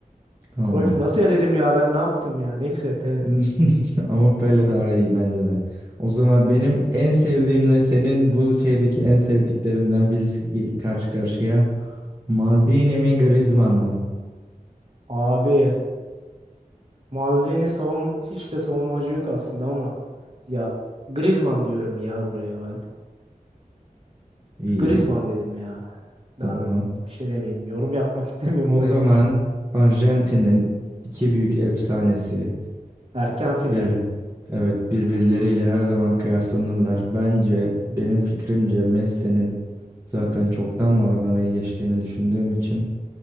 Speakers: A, on the right; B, on the right.
A: tamam.
B: Cruyff'u nasıl eledim ya ben ne yaptım ya neyse Pele.
A: <laughs> Ama Pele daha iyi bence de. O zaman benim en sevdiğimle senin bu şeydeki en sevdiklerinden birisi gel karşı karşıya. Maldini mi Griezmann mı?
B: Abi Maldini savun hiç de savunmacı yok aslında ama ya Griezmann diyorum ya buraya ben.
A: İyi,
B: Griezmann dedim ya.
A: tamam.
B: Daha da bir şey demeyeyim. Yorum yapmak <laughs> istemiyorum
A: O
B: buraya.
A: zaman Arjantin'in iki büyük efsanesi
B: Erken final.
A: Bir, evet birbirleriyle her zaman kıyaslanırlar. Bence benim fikrimce Messi'nin zaten çoktan Maradona'yı geçtiğini düşündüğüm için